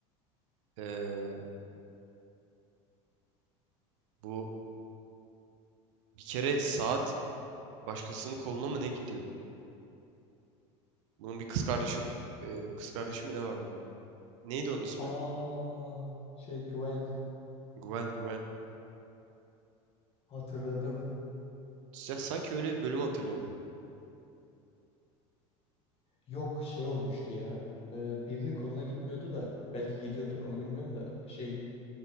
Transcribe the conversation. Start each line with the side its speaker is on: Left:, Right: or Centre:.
Right: Ee, bu bir kere saat Başkasının koluna mı ne gidiyordu? Bunun bir kız kardeşi e, kız kardeşi mi ne vardı? Neydi onun ismi?
Left: Aa şey Gwen
Right: Gwen, Gwen.
Left: hatırladım.
Right: Ya sanki öyle bir bölüm hatırlıyorum.
Left: Yok şey olmuştu ya. Ee, birinin koluna gitmiyordu da belki gidiyordur onu bilmiyorum da şey